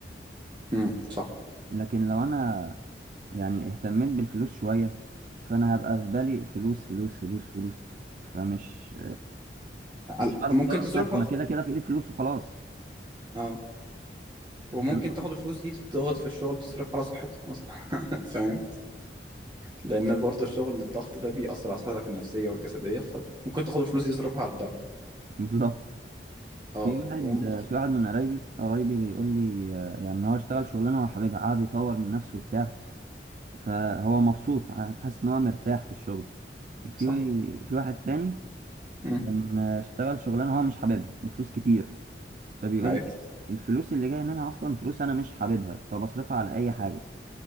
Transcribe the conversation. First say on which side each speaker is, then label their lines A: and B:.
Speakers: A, on the right; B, on the right.
A: امم صح
B: لكن لو أنا يعني اهتميت بالفلوس شوية فأنا هبقى في بالي فلوس فلوس فلوس فلوس فمش
A: عل-
B: مش هعرف
A: ممكن
B: أطور
A: تصرفها
B: من نفسي ما كده كده في إيدي فلوس وخلاص
A: اه
B: <laughs>
A: وممكن
B: فاهم قصدي؟
A: تاخد الفلوس دي تضغط في الشغل تصرفها على صحتك مثلا <laughs> فاهم لان برضه الشغل الضغط ده بيأثر على صحتك النفسيه والجسديه فممكن تاخد الفلوس دي تصرفها على الدواء
B: بالظبط
A: اه
B: في واحد
A: بوم
B: في واحد من قرايبي قرايبي بيقول لي آه، يعني إن هو اشتغل شغلانة هو حاببها قعد يطور من نفسه وبتاع فهو مبسوط حاسس ان هو مرتاح في الشغل في
A: صح
B: في واحد تاني
A: امم
B: كان اشتغل شغلانه هو مش حاببها بفلوس كتير فبيقول
A: ايوه
B: لي الفلوس اللي جايه منها اصلا فلوس انا مش حاببها فبصرفها على اي حاجه